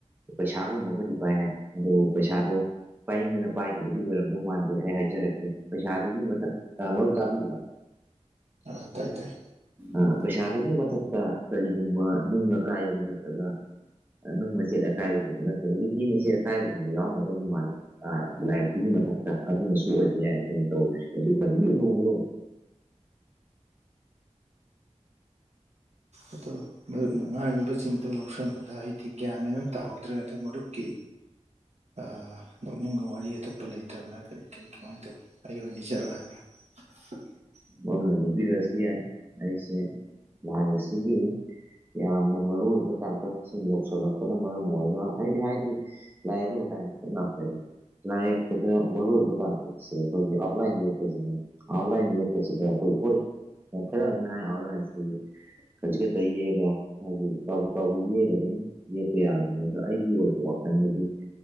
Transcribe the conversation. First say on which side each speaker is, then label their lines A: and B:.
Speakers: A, on the right; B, on the right.
A: ꯄꯩꯁꯥꯒꯨꯝꯕ ꯑꯃꯗꯤ ꯄꯥꯏ ꯍꯥꯏ ꯑꯗꯨ ꯄꯩꯁꯥꯗꯣ ꯄꯥꯏꯅꯤꯗꯅ ꯄꯥꯏꯒꯤꯕꯗꯤ ꯑꯣꯏꯔꯝꯗꯧ ꯃꯥꯟꯗꯦ ꯑꯩ ꯍꯥꯏꯖꯔꯛꯀꯦ ꯄꯩꯁꯥꯗꯨꯒꯤ ꯃꯊꯛ ꯑ ꯃꯔꯨꯞ ꯇꯥꯕꯤꯕ꯭ꯔ
B: ꯑ ꯇꯥꯏ ꯇꯥꯏ
A: ꯑ ꯄꯩꯁꯥꯗꯨꯒꯤ ꯃꯊꯛꯇ ꯀꯔꯤꯒꯨꯝꯕ ꯅꯨꯡ ꯑꯀꯥꯏꯕ ꯅꯠꯇ꯭ꯔꯒ ꯅꯨꯡ ꯃꯆꯦꯠ ꯑꯀꯥꯏꯕꯒꯨꯝꯕ ꯅꯠꯇ꯭ꯔꯒ ꯂꯤꯛꯂꯤ ꯃꯆꯦꯠ ꯑꯀꯥꯏꯕꯒꯨꯝꯕ ꯌꯥꯎꯝꯒꯗꯕ ꯃꯥꯜꯂꯦ ꯑꯥ ꯂꯥꯏꯔꯤꯛꯇꯨꯒꯤ ꯃꯊꯛꯇ ꯑꯗꯨꯅꯁꯨ ꯑꯣꯢꯕ ꯌꯥꯏ ꯈꯣꯏꯅ ꯇꯧꯔꯤꯕꯁꯤ ꯀꯩꯁꯨ ꯈꯟꯕꯤꯌꯨ ꯅꯣꯡ <unintelligible>
B: ꯑꯗꯨ ꯃꯔꯨꯞ ꯉꯥꯡꯉꯤꯕꯁꯤꯡꯗꯨ ꯂꯧꯁꯤꯟꯕꯗ ꯑꯩꯗꯤ ꯒ꯭ꯌꯥꯟ ꯃꯦꯟ ꯇꯥꯍꯧꯗ꯭ꯔꯦ ꯑꯗꯨ ꯃꯔꯨꯞꯀꯤ ꯑꯥ ꯂꯧꯅꯤꯡꯕ ꯋꯥꯔꯤ ꯑꯇꯣꯞꯄ ꯂꯩꯇꯕ꯭ꯔꯥ ꯀꯔꯤ ꯀꯔꯤ ꯀꯃꯥꯏꯅ ꯇꯧꯏ ꯑꯩ ꯑꯣꯏꯅ ꯂꯤꯖꯔꯛꯑꯣ ꯍꯥꯏꯕ꯭ꯔꯥ <inaudible>
A: ꯃꯔꯨꯞꯅ ꯂꯤꯕꯤꯔꯛꯑꯁꯨ ꯌꯥꯏ ꯑꯩꯁꯦ ꯂꯥꯏ ꯑꯁꯤꯒꯤ ꯌꯥꯝꯅ ꯃꯔꯨ ꯑꯣꯏꯕ ꯇꯥꯡꯀꯛꯁꯤꯡ ꯌꯧꯁꯤꯜꯂꯛꯄꯅ ꯃꯔꯝ ꯑꯣꯏꯔꯒ ꯍꯥꯏꯗꯤ ꯍꯥꯏꯗꯤ ꯂꯥꯏ ꯌꯦꯡꯕꯒꯤ ꯃꯇꯥꯡꯗ ꯈꯤꯇꯪ ꯂꯥꯛꯆꯒꯦ ꯂꯥꯏ ꯌꯦꯛꯄꯗ ꯃꯔꯨꯑꯣꯏꯕ ꯇꯥꯡꯀꯛꯁꯦ ꯑꯩꯈꯣꯏꯒꯤ ꯑꯥꯎꯠꯂꯥꯏꯟ ꯌꯦꯛꯄꯁꯤꯅꯦ ꯑꯣꯟꯂꯥꯏꯟ ꯌꯣꯛꯄꯁꯤꯗ ꯑꯩꯈꯣꯏ ꯍꯣꯏ ꯈꯔ ꯑꯃꯅ ꯍꯥꯏ ꯑꯣꯟꯂꯥꯏꯟꯁꯤ ꯈꯥꯖꯤꯛ ꯈꯛꯇ ꯌꯦꯛꯒ ꯍꯥꯏꯗꯤ ꯀꯥꯕꯛ ꯀꯥꯕꯛ ꯌꯦꯛꯑꯒ ꯑꯗꯨꯝ ꯌꯦꯛꯄ ꯌꯥꯕꯅꯦꯕ ꯑꯗꯣ ꯑꯩꯒꯤ ꯑꯣꯏꯕ ꯋꯥꯈꯜꯗꯗꯤ